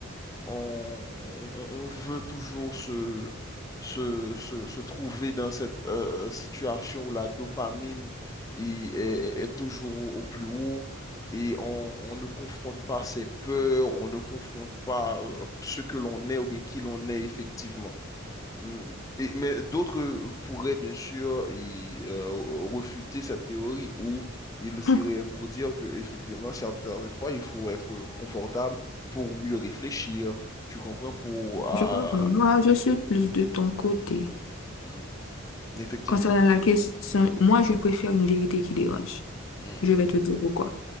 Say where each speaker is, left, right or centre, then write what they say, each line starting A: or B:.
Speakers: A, on the left; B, on the left.
A: On, on- on veut toujours se, se, se, se trouver dans cette euh, situation où la dopamine il est, est- est toujours au plus haut et on, on ne confronte pas ses peurs, on ne confronte pas euh, ce que l'on est ou bien qui l'on est effectivement. Mm. Et- mais d'autres pourraient bien sûr y, euh, refuter cette théorie ou ils
B: <clears throat> Hum,
A: iraient pour dire que effectivement certaines fois il faut être confortable pour mieux réfléchir, tu comprends, pour ah,
B: Je comprends. Moi, je suis plus de ton côté.
A: mm, effectivement.
B: Concernant la question, moi, je préfère une vérité qui dérange.
A: Mm,
B: Je vais te dire pourquoi.